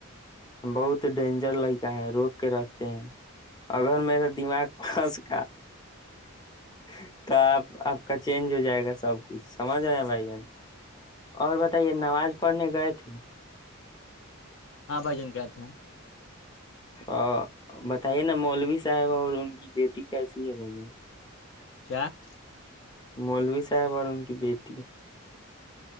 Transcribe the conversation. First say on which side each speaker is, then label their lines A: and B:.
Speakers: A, on the left; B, on the left.
A: بہت ڈینجر لکا ہے روک کے رکھتے ہیں اگر میرا دماغ پھنس گ ہ <inaudible> تو آپ آپ کا چینج ہو جائے گا سب کچھ سمجھ رہے ہیں بھائی جان اور بتائیے نماز پڑھنے گئے تھے
B: ہاں بھ جن کہتے ہیں
A: ا بتائیے نا مولوی صاحب اور ان کی بیٹی کیسی ہے بھائی جان
B: کیا <unintelligible>
A: مولو صاحب اور ان کی بیٹی